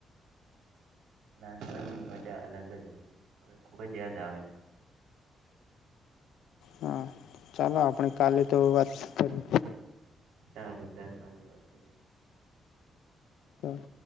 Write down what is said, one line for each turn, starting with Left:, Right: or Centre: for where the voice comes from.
Right: નાનપણની મજા અલગ જ હતી હવે ખુબ જ યાદ આવે છે
Left: હા ચાલો આપણે કાલે તો વાત કરી
Right: સારું તાર કાલે વાત કરી
Left: તો